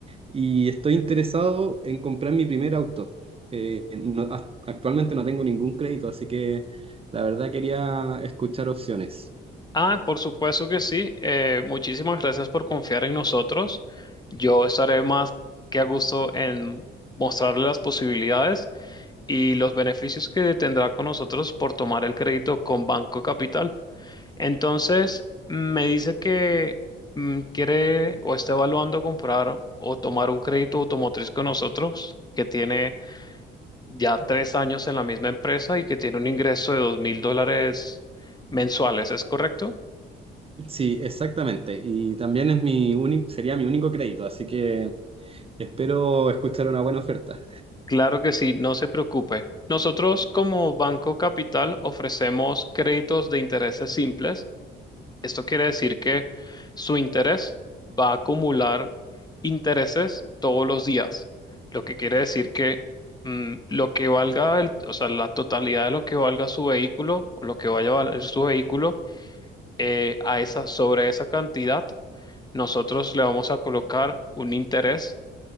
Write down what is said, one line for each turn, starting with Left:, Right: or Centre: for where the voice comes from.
Right: y estoy interesado en comprar mi primer auto. Eh, no- a- actualmente no tengo ningún crédito, así que la verdad quería escuchar opciones.
Left: Ah, por supuesto que sí. Eh, muchísimas gracias por confiar en nosotros. Yo estaré más que a gusto en mostrarle las posibilidades y los beneficios que tendrá con nosotros por tomar el crédito con Banco Capital. Entonces, me dice que mm, quiere o está evaluando comprar o tomar un crédito automotriz con nosotros, que tiene ya tres años en la misma empresa y que tiene un ingreso de dos mil dólares mensuales, ¿es correcto?
Right: Sí, exactamente. Y también es mi uni- sería mi único crédito, así que espero escuchar una buena oferta.
Left: Claro que sí, no se preocupe. Nosotros como Banco Capital ofrecemos créditos de intereses simples Esto quiere decir que su interés va a acumular intereses todos los días, lo que quiere decir que mm, lo que valga, el- o sea, la totalidad de lo que valga su vehículo o lo que vaya a valer su vehículo, eh, a esa, sobre esa cantidad, nosotros le vamos a colocar un interés,